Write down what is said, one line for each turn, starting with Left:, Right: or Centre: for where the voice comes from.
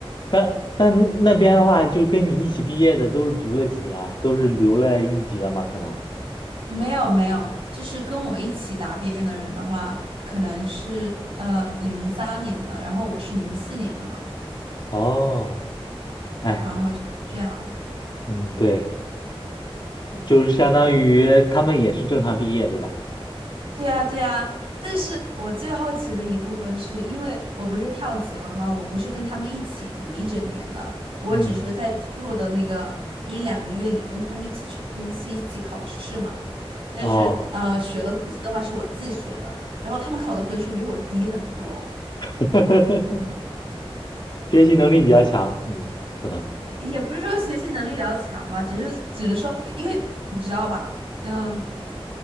Left: 那那那边的话，就跟你一起毕业的都是读了几年啊，都是留了一级了吗？可能。
Right: <laughs> 没有没有，就是跟我一起答辩的人的话，可能是呃零三年的，然后我是零四年的嘛，
Left: 哦，哎，
Right: 然后就这样
Left: 嗯，对，就是相当于他们也是正常毕业，对吧？
Right: 对啊，对啊，但是我最好奇的一部分是因为我不是跳级了吗？我不是跟他们一起读一整年的，我只是在最后的那个一两个月里跟他们一起冲刺、
Left: 嗯，
Right: 一起考试嘛。但是呃，
Left: 哦，
Right: 学的东西的话是我自学的，然后他们考的分数比我低很多，
Left: <laughs> 学习能力比较强，你可能
Right: 也不是说学习能力比较强嘛，只是只能说，因为你知道吧，嗯。